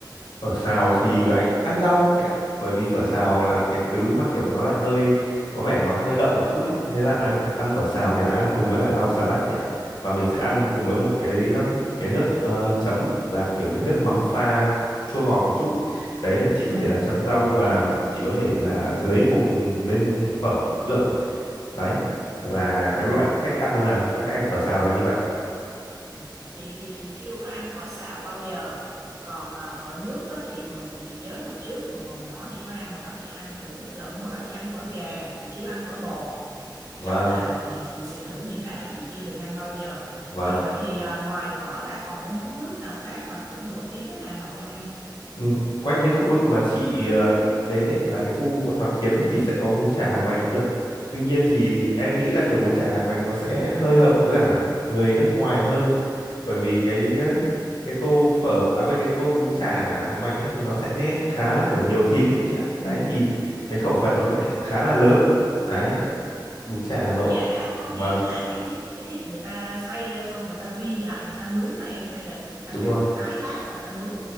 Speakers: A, on the left (about 75°); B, on the right (about 45°).
A: phở xào thì lại ăn rau chị ạ bởi vì phở xào là cái thứ mà kiểu nó lại hơi có vẻ nó hơi đậm một chút ấy thế là ăn ăn phở xào thì lại ăn cùng với cả rau xà lách chị ạ và mình sẽ ăn cùng với một cái um, cái nước ờ, chấm là kiểu cái nước mắm pha chua ngọt một chút đấy để chị có thể là chấm rau và chị có thể là dưới cùng lên phở cũng được đấy là cái
B: à
A: loại cách ăn là cách ăn phở xào là như vậy
B: ừ. chị thì chị chưa có ăn phở xào bao giờ còn à, phở nước á, thì hồi chị nhớ hồi trước hồi còn nhỏ chị có ra ngoài đó chị ăn thử một lần hồi đó chị ăn phở gà chị chưa ăn phở bò
A: vâng
B: chắc là chị chị sẽ thử những cái mà chị chưa từng ăn bao giờ
A: vâng
B: rồi vậy thì à, ngoài phở ra còn cái món nước nào khác mà cũng nổi tiếng ở Hà Nội không em
A: Ừ, quanh cái khu vực mà chị ờ, đến ấy là cái khu quận Hoàn Kiếm ấy thì sẽ có bún chả hàng mành cũng được. Tuy nhiên thì em nghĩ là kiểu bún chả hàng mành nó sẽ hơi hợp với cả người nước ngoài hơn bởi vì cái ờ, cái tô phở à quên cái tô bún chả hàng mành ấy thì nó sẽ khá là kiểu nhiều thịt ấy chị ạ. Đấy thì cái khẩu phần nó lại khá là lớn. Đấy, bún chả
B: bún
A: Hà Nội.
B: chả có
A: Vâng,
B: nghĩa là cái thịt cái thịt người ta xay ra xong người ta viên lại người ta nướng hả em hay là người ta
A: đúng
B: cắt
A: rồi.
B: thái lát người ta nướng